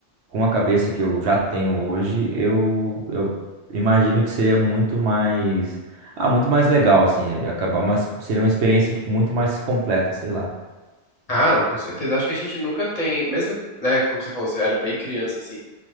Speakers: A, on the right; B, on the left.
A: com a cabeça que eu já tenho hoje, eu, eu imagino que seria muito mais. Ah, muito mais legal, assim. é, Acabar, mas seria uma experiência, tipo, muito mais completa, sei lá.
B: Ah, não, com certeza. Acho que a gente nunca tem, mesmo, né, como você falou, você era bem criança, assim.